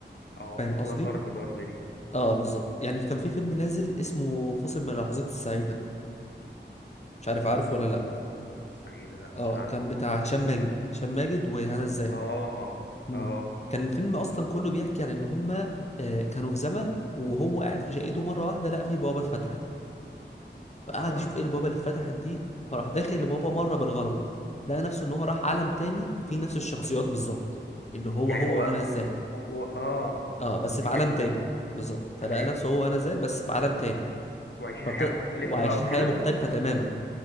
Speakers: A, on the left; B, on the left.
A: اه
B: فاهم
A: مش
B: قصدي
A: كلها ضرب ضرب دي
B: اه بالظبط يعني كان في فيلم نازل اسمه فاصل من اللحظات السعيده مش عارف عارفه
A: فاصل
B: ولا لا
A: من اللحظات السعيدة لا
B: اه
A: مش عارفه
B: كان بتاع هشام ماجد هشام ماجد وهنا الزاهد
A: اه
B: مم.
A: اه
B: كان الفيلم اصلا كله بيحكي عن ان هما آه، كانوا في زمن وهو قاعد في شقته مره واحده لقى فيه بوابه اتفتحت فقعد
A: اه
B: يشوف ايه البوابه اللي اتفتحت دي فراح داخل البوابه مره بالغلط لقى نفسه ان هو راح عالم تاني فيه نفس الشخصيات بالظبط اللي هو
A: يعني
B: هو
A: هو
B: وهنا الزاهد
A: هو اه
B: اه بس
A: حلو
B: في عالم تاني
A: ده
B: بالظبط فلقى
A: ايوه
B: نفسه هو وهنا الزاهد بس في عالم تاني
A: وعايشين
B: فابتدى
A: حياة مختلفة
B: وعايشين
A: بقى وكده
B: حياه مختلفه تماما